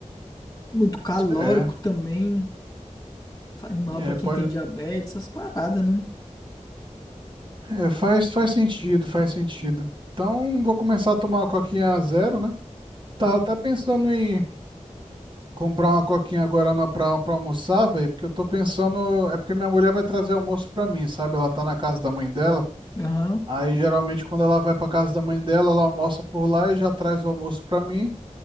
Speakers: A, on the left; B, on the right.
A: Muito calórico
B: É.
A: também. Faz mal
B: É,
A: pra quem
B: pode.
A: tem diabetes, essas paradas, né?
B: É, faz, faz sentido, faz sentido. Então, vou começar a tomar uma coquinha a zero, né? Tava até pensando em comprar uma coquinha agora na, pra, pra almoçar, velho, porque eu tô pensando. É porque minha mulher vai trazer almoço pra mim, sabe? Ela tá na casa da mãe dela.
A: Aham.
B: Aí, geralmente, quando ela vai pra casa da mãe dela, ela almoça por lá e já traz o almoço pra mim.